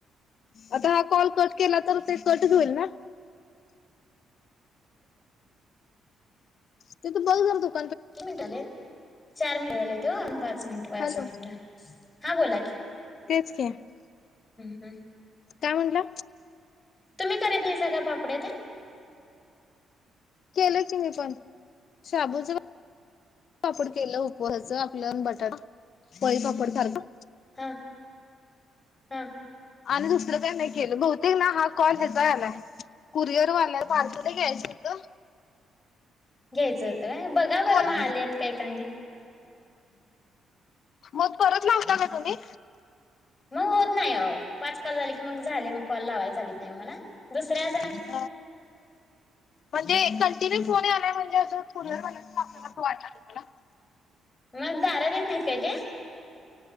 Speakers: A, on the left; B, on the left.
A: आता हा कॉल कट केला तर ते कट होईल ना ते तर बघ झाल त
B: तीन मिनटंले चार महिनटले त अन पा पाच मिनट पाच
A: हॅलो
B: मिनिट हा बोला क
A: के
B: हम्
A: काय म्हटंला?
B: तुम्ही करीत नाहीसा का पापड्या तेन?
A: केलं की मी पण. शाबूच पापड केलं उपहासाच आपलं बटाटा पळीपापड <unintelligible>
B: हा. हा.
A: आणि दुसरं काही नाही केलं बहुतेक ना हा कॉल ह्याचा आलाय कुरिअरवालाय पार्सर घ्यायचं होतं.
B: घ्यायचं होतं होय बघा
A: बोला
B: बरं म आल्यात काही कांदीे.
A: मग परत लावता का तुम्ही?
B: मग होत नाही अ पाच कॉल झाली की मग झाले मग कॉल लावाय चालीत नाही मला दुसऱ्या
A: <unintelligible> म्हणजे फोन यालाय म्हणजे अस कुर्यरवाल्याचा असेल असं वाटलय मला.
B: मग दारात येत नाहीत काय ते?